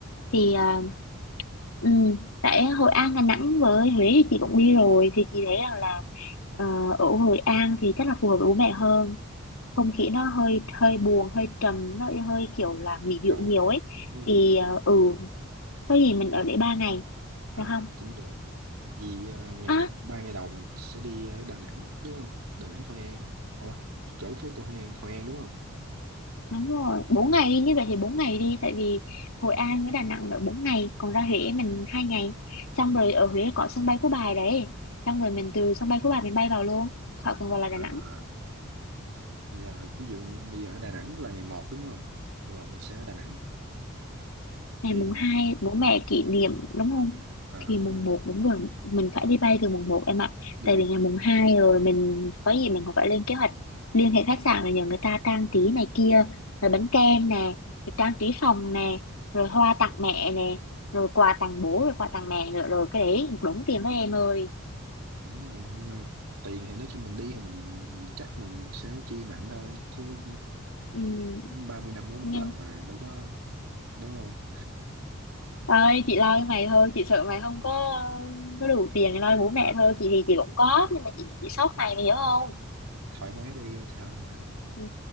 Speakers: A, on the left (about 80°); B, on the right (about 85°).
A: thì
B: à,
A: ờ, Ừ, tại Hội An Đà Nẵng với Huế thì chị cũng đi rồi thì chị thấy rằng là ờ, ở Hội An thì chắc là phù hợp với bố mẹ hơn
B: ừ.
A: không khí nó hơi hơi buồn hơi trầm nó hơi kiểu là nghỉ
B: Cậu
A: dưỡng nhiều ấy
B: với-
A: thì ờ, ừ có gì mình ở để ba ngày
B: à,
A: được không
B: cũng được Vì à, ngày
A: à
B: ba ngày đầu mình sẽ đi ở Đà Nẵng đúng không? Đà Nẵng Hội An. Ủa, chỗ phố cổ Hội An, Hội An đúng không?
A: đúng rồi bốn
B: à,
A: ngày đi như vậy thì bốn ngày đi tại vì Hội An với Đà Nẵng là bốn ngày còn ra Huế
B: Vâng.
A: mình hai ngày xong rồi ở Huế có sân bay Phú Bài đấy xong rồi mình từ sân bay Phú Bài mình bay vào luôn khỏi cần vào là Đà
B: À,
A: Nẵng
B: giờ ví dụ như bây giờ ở Đà Nẵng là ngày một đúng không? Ngày một mình sẽ ở Đà Nẵng
A: ngày
B: thì
A: mùng
B: mình
A: 2 bố mẹ kỷ niệm đúng không
B: à,
A: thì
B: đúng
A: mùng
B: rồi,
A: một đúng rồi mình phải đi bay từ mùng một em ạ
B: đi
A: tại
B: bay
A: vì ngày
B: từ
A: mùng
B: vòng.
A: 2 rồi mình có gì mình còn phải lên kế hoạch liên hệ khách sạn rồi nhờ người ta trang trí này kia rồi bánh kem nè rồi trang trí phòng nè rồi hoa tặng mẹ nè rồi quà tặng bố rồi quà tặng mẹ nữa rồi cái đấy một đống tiền đó em ơi
B: Đúng rồi, nhưng mà tiền thì nói chung mình đi thì mình, mình chắc mình sẽ chi mạnh thôi chứ
A: ừ,
B: 30 năm có một
A: nhưng
B: lần mà đâu có đúng không?
A: ơi chị lo cho mày thôi chị sợ mày không có có đủ tiền để lo bố mẹ
B: À,
A: thôi chị thì chị cũng có nhưng mà chị chị sốc mày mày hiểu không
B: thoải mái đi sao đâu mà.
A: ừ.